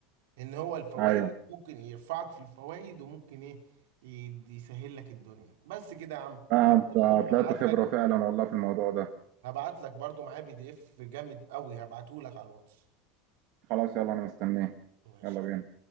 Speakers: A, on the right; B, on the right.
A: ان هو الفوائد
B: ايوه
A: ممكن يرفعك في الفوائد وممكن ايه يد- يسهل لك الدنيا بس كده يا عم
B: فانت
A: لو كده يا عم هبعت
B: طلعت خبره
A: لك
B: فعلا والله في الموضوع ده
A: هبعت لك برضو معايا بي دي اف جامد قوي هبعته لك على الواتس
B: خلاص يلا انا مستنيه
A: ماشي
B: يلا بينا